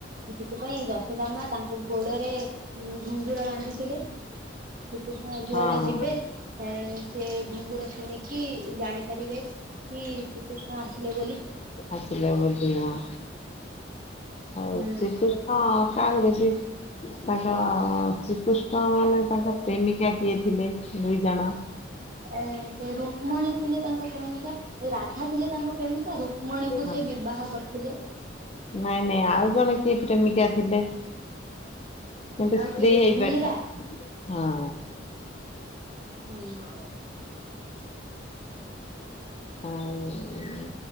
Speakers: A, on the right; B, on the left.
A: ସେଥିପାଇଁ ଯଶୋଦାମ ତାଙ୍କ ଗୋଡରେ ଘୁଙ୍ଗୁର ବାନ୍ଧିଥିଲେ। ଶ୍ରୀକୃଷ୍ଣ ଯୁଆଡେ
B: ହଁ
A: ଯିବେ ସେ ଘୁଙ୍ଗୁର ଶୁଣିକି କି ଜାଣିପାରିବେ କି ଶ୍ରୀକୃଷ୍ଣ ଆସିଲେ ବୋଲି।
B: ଆସିଲେ ବୋଲି। ହଁ। ଆଉ
A: ହୁଁ
B: ଶ୍ରୀକୃଷ୍ଣ କାହାକୁ ବେଶୀ, ତାଙ୍କ ଶ୍ରୀକୃଷ୍ଣ ତ ମାନେ ତାଙ୍କ ପ୍ରେମିକା କିଏ ଥିଲେ ଦୁଇ ଜଣ?
A: ଏ ସେ ରୁକ୍ମଣୀ ଥିଲେ ତାଙ୍କ ପ୍ରେମିକା। ରାଧା ଥିଲେ ତାଙ୍କ ପ୍ରେମିକା ରୁକ୍ମଣୀକୁ
B: ହଁ
A: ସେ ବିବାହ କରିଥିଲେ।
B: ନାଇଁ ନାଇଁ ଆଉ ଜଣେ କିଏ ପ୍ରେମିକା ଥିଲେ? କିନ୍ତୁ
A: ଆଉ
B: ସ୍ତ୍ରୀ
A: କିଏ
B: ହୋଇପାରିଲାନି,
A: ମୀରା
B: ହଁ।
A: ହୁଁ।
B: ଆଉ